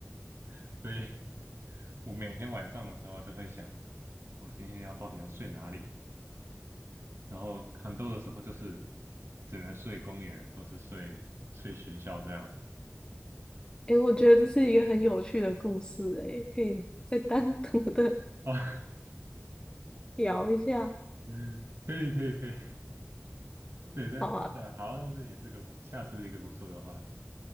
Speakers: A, on the right (about 60°); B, on the left (about 20°).
A: <laughs> 所以我每天晚上的时候都会想，我今天要到底要睡哪里？然后很多的时候就是只能睡公园或是睡睡学校这样子
B: 诶，我觉得这是一个很有趣的故事，诶，可以再单独的
A: 啊，
B: <laughs> 聊一下。
A: <laughs> 嗯，可以可以可以，对，但对啊，
B: 好啊，
A: 好，那这也是个下次一个不错的话题。